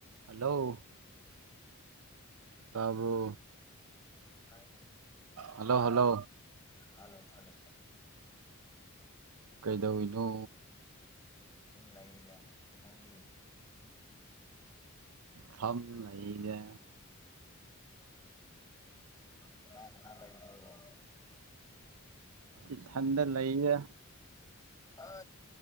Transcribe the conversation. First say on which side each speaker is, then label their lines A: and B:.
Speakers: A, on the right; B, on the left.
A: hello ꯇꯔꯕ
B: hello ꯇꯥꯏ
A: hello hello
B: hello ꯐꯂꯣ ꯐꯂꯣ
A: ꯀꯩꯗꯧꯅꯣ
B: ꯗ ꯅꯗꯤ
A: ꯊꯝ ꯂꯩꯔ
B: ꯀꯅꯥ ꯀꯅꯥ ꯂꯩꯕ꯭ꯔꯣ
A: ꯏꯊꯟꯗ ꯂꯩꯌꯦꯦ
B: ꯑ